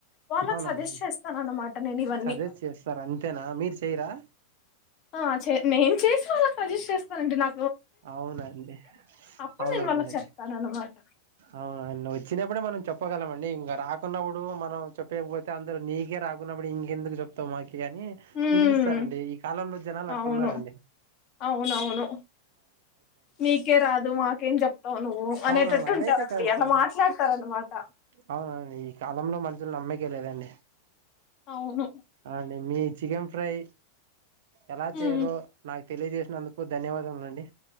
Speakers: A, on the left; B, on the right.
A: వాళ్ల
B: అవునవునండి
A: సజెస్ట్ చేస్తాను అన్నమాట నేను ఇవన్నీ
B: సజెస్ట్ చేస్తారు అంతేనా మీరు చెయరా
A: ఆ చె న చేసి వాళ్ళకి సజెస్ట్ చేస్తానండి నా
B: అవునండి
A: అప్పుడు
B: అవునవునండి
A: నేను వాళ్ళకి చెప్తాను అన్నమాట
B: అవునా వచ్చినప్పుడు మనం చెప్పగలమండి ఇంక రాక కొన్నప్పుడు మనం చొప్పియకపోతే అందరూ నీకే రాకున్నప్పుడు ఇంకెందుకు చెప్తావు మాకి అని
A: ఉమ్
B: నిందిస్తారండి ఈ కాలంలో జనాలు అట్టున్నారండి
A: అవును అవునవును మీకే రాదు మాకేం చెప్తావు నువ్వు అనేటట్టు
B: అవునవును అదైతే
A: ఉంటారంండి
B: కరెక్ట్
A: అలా
B: అండి
A: మాట్లాడతార అనమాట
B: అవునండి ఈ కాలంలో మనుషులు నమ్మికే లేదండి
A: అవును
B: అవునండి మీ చికెన్ ఫ్రై ఎలా చేయాలో
A: ఉమ్
B: నా తెలియజేసినందుకు ధన్యవాదములు అండి